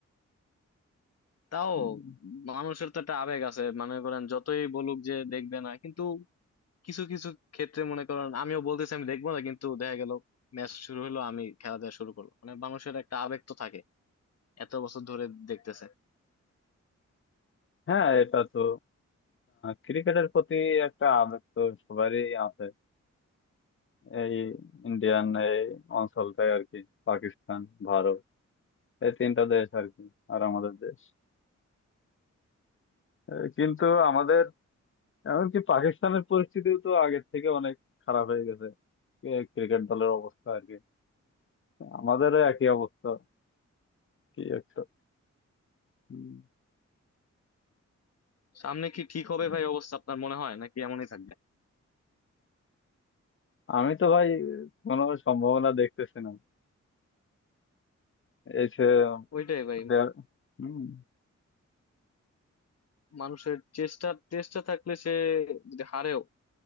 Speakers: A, on the left; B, on the left.
A: তাও
B: উম,
A: মানুষের তো একটা আবেগ আছে মনে করেন যতই বলুক যে দেখবে না কিন্তু কিছু কিছু ক্ষেত্রে মনে করেন আমিও বলতেছি আমি দেখবো না কিন্তু দেখা গেল ম্যাচ শুরু হলো আমি খেলা দেখা শুরু করলো মানে মানুষের একটা আবেগ তো থাকে এত বছর ধরে দেখতেছে
B: হ্যাঁ এটা তো ক্রিকেটের প্রতি একটা আবেগ তো সবারই আছে এই ইন্ডিয়ান এই অঞ্চলটাই আর কি পাকিস্তান ভারত এই তিনটা দেশ আর কি আর আমাদের দেশ আহ, কিন্তু আমাদের এমনকি পাকিস্তানের পরিস্থিতিও তো আগের থেকে অনেক খারাপ হয়ে গেছে ক্রিকেট দলের অবস্থা আর কি আমাদেরও একই অবস্থা কি একটা উম,
A: সামনে কি ঠিক হবে ভাই অবস্থা আপনার মনে হয় নাকি এমনই থাকবে
B: আমি তো ভাই কোনো সম্ভাবনা দেখতেছি না এই যে
A: ওইটাই ভাই
B: দে- হুম,
A: মানুষের চেষ্টা চেষ্টা থাকলে সে যদি হারেও